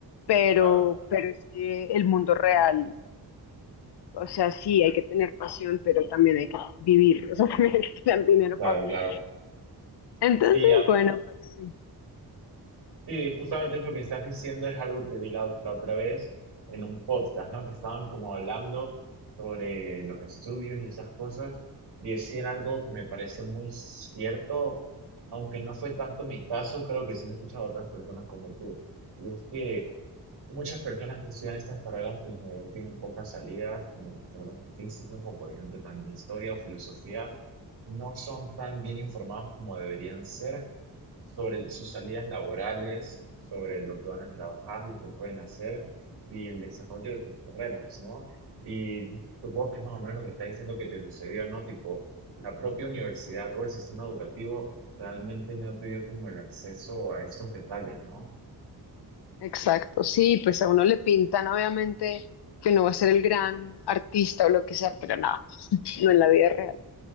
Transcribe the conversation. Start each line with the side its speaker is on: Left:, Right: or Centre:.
Left: pero,
Right: claro,
Left: pero es que el mundo real O sea, sí, hay que tener pasión, pero también hay que vivir, o sea, <laughs> también hay que tener dinero
Right: claro,
Left: para vivir.
Right: claro.
Left: Entonces,
Right: Sí,
Left: bueno, pues sí,
Right: Sí, justamente es lo que estás diciendo, es algo que vi la, ot- la otra vez en un podcast, ¿no? Que estaban como hablando sobre los estudios y esas cosas, y decían algo que me pareció muy cierto, aunque no fue tanto mi caso, creo que sí lo he escuchado a otras personas como tú. Y es que muchas personas que estudian estas carreras que en general tienen pocas salidas, como las carreras artísticas o por ejemplo también historia o filosofía, no son tan bien informados como deberían ser sobre el- sus salidas laborales, sobre lo que van a trabajar, lo que pueden hacer y el desarrollo de sus carreras, ¿no? Y supongo que es más o menos lo que estás diciendo que te sucedió, ¿no? Tipo, la propia universidad o el sistema educativo realmente no te dio como el acceso a estos detalles, ¿no?
Left: exacto, sí, pues a uno le pintan obviamente que uno va a ser el gran artista o lo que sea, pero nada, no <laughs> no en la vida real.